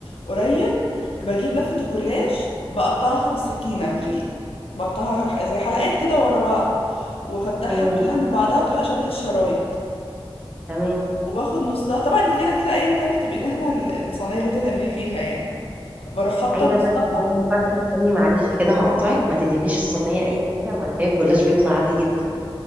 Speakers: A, on the left; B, on the right.
A: قريب بجيب لفه الجلاش بقطعها بالسكينه يعني بقطعها زي حلقات كده ورا بعض وافتحها
B: تمام
A: كلها من بعضها بتبقى شبه الشرايط
B: تمام
A: وباخد نصها طبعا انت كده كده ايا كان هتبقي دهنه ال- الصينيه اللي انت تعملي فيها يعني بروح حاطه
B: عايزه
A: نصها
B: افاجئك فجاه استني معلش كده هقطعك ما تدينيش الصينيه اي حاجه وهتلاقي الجلاش بيطلع عادي جدا